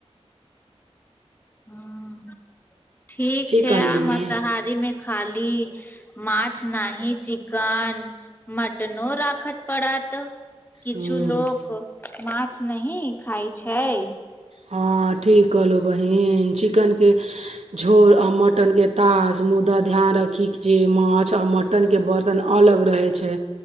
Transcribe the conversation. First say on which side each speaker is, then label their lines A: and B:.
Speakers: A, on the left; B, on the right.
A: ह ठीक छै
B: कहली
A: आ
B: ने
A: मसाहारी मे खाली मछ नै चिकन मटनो राखत पड़त किछ
B: हम्म
A: लोक माछ नह खाय छै
B: हँ ठीक कहलहु बहीन चिकनके झोर आ मटनके तास मुदा ध्यान राखिक जे माछ आ मट बर्तनके बर्तन अलग रहै छै